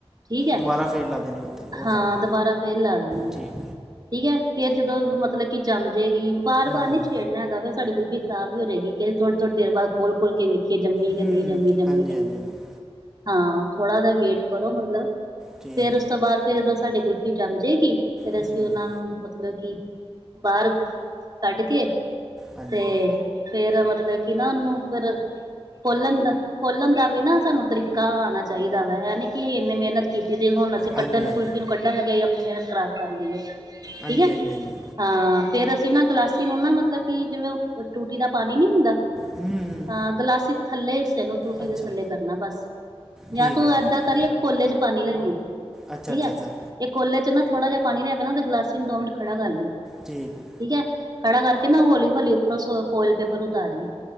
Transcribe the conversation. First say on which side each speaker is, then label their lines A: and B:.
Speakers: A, on the right; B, in the centre.
A: ਠੀਕ ਹੈ
B: ਦੁਬਾਰਾ ਫੇਰ ਲਾ ਦੇਣੀ ਉੱਤੇ ਉਹ
A: ਹਾਂ
B: ਕਰਕੇ
A: ਦੁਬਾਰਾ ਫੇਰ ਲਾ ਦੇਣੀ ਆ।
B: ਠੀਕ
A: ਠੀਕ ਹੈ ਫੇਰ ਜਦੋਂ ਮਤਲਬ ਕਿ ਜੰਮ ਜਾਏਗੀ ਬਾਰ
B: ਹੂੰ
A: ਬਾਰ ਨੀ ਛੇੜਨਾ ਹੈਗਾ ਵ। ਸਾਡੀ ਕੁਲਫੀ ਖਰਾਬ ਹੋ ਜਾਏਗੀ ਕਿ ਥੋੜੀਥੋੜੀ ਦੇਰ ਬਾਦ ਖੋਲ ਖੋਲ ਕੇ। ਕਿ ਜੰਮੀ ਕਿ
B: ਹੂੰ
A: ਨਹੀਂ ਜੰਮੀ ਜੰਮੀ
B: ਹਾਂਜੀ
A: ਕਿ ਨਹੀਂ
B: ਹਾਂਜੀ ਹਾਂਜੀ,
A: ਜੰਮੀ ਹਾਂ ਥੋੜਾ ਜ ਵੇਟ ਕਰੋ ਮਤਲਬ।
B: ਠੀਕ
A: ਫੇਰ ਉਸ ਤੋਂ ਬਾਅਦ ਫਿਰ ਜਦੋਂ ਸਾਡੀ ਗੁਲਫੀ ਜੰਮ ਜਾਏਗੀ ਫ਼ਿਰ
B: ਹੂੰ
A: ਅਸੀਂ ਉਹਨਾਂ ਨੂੰ ਮਤਲਬ ਕਿ। ਬਾਹਰ ਕੱਢ ਕੇ।
B: ਹਾਂਜੀ
A: ਤੇ ਫੇਰ ਮਤਲਬ ਕੀ ਨਾ ਉਹਨੂੰ ਫੇਰ ਖੋਲਣ ਦਾ। ਖੋਲਣ ਦਾ ਵੀ ਨਾ ਸਾਨੂੰ ਤਰੀਕਾ ਆਉਣਾ ਚਾਹੀਦਾ ਵਾ। ਇਹ ਨੀ ਕਿ ਅਸੀਂ ਇੰਨੀ ਮਿਹਨਤ ਕੀਤੀ ਤੇ ਹੁਣ। ਅਸੀਂ ਕੱਢਣ
B: ਹਾਂਜੀ ਹਾਂਜੀ
A: ਕੁਲਫੀ ਨੂੰ ਕੱਢਣ ਲਗਏ ਆਪਣੀ ਮਿਹਨਤ ਖ਼ਰਾਬ ਕਰ ਲਈਏ
B: ਹਾਂਜੀ
A: ਠੀਕ ਹੈ।
B: ਹਾਂਜੀ ਹਾਂਜੀ
A: ਹਾਂ ਫੇਰ ਅਸੀਂ ਨਾ ਗਲਾਸੀ ਨੂੰ ਨਾ ਮਤਲਬ ਕਿ ਜਿਵੇਂ ਟੂਟੀ ਦਾ ਪਾਣੀ ਨੀ ਹੁੰਦਾ।
B: ਹੂੰ
A: ਹਾਂ ਗਲਾਸੀ ਤੇ ਥੱਲੇ ਹਿੱਸੇ ਨੂੰ ਟੂਟੀ
B: ਅੱਛਾ
A: ਦੇ ਥੱਲੇ ਕਰਨਾ ਬਸ। ਜਾਂ
B: ਠੀਕ
A: ਤੂੰ
B: ਹੈ
A: ਏਦਾਂ
B: ਠੀਕ ਹੈ
A: ਕਰੀ ਇੱਕ ਕੋਲੇ ਚ ਪਾਣੀ ਲੈ ਲਈ
B: ਅੱਛਾ
A: ਠੀਕ
B: ਅੱਛਾ
A: ਹੈ।
B: ਅੱਛਾ
A: ਇਹ ਕੋਲੇ ਚ ਨਾ ਥੋੜਾ ਜਿਹਾ ਪਾਣੀ ਲੈ ਕੇ ਨਾ ਉਹਦੇ ਵਿੱਚ ਗਲਾਸੀ ਨੂੰ ਦੋ ਮਿੰਟ ਖੜਾ ਕਰ ਲਈ।
B: ਠੀਕ ਹੈ।
A: ਠੀਕ ਹੈ ਖੜਾ ਕਰਕੇ ਨਾ ਹੌਲੀ ਹੌਲੀ ਉੱਪਰੋਂ ਸ ਫੋਇਲ ਪੇਪਰ ਉਤਾਰੀ।